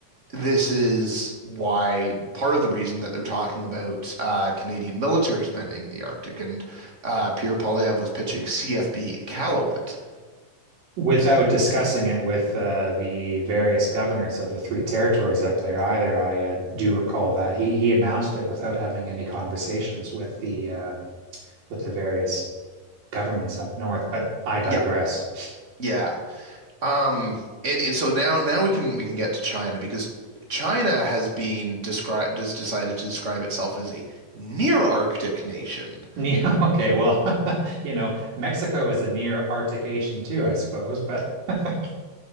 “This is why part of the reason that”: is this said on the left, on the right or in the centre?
Right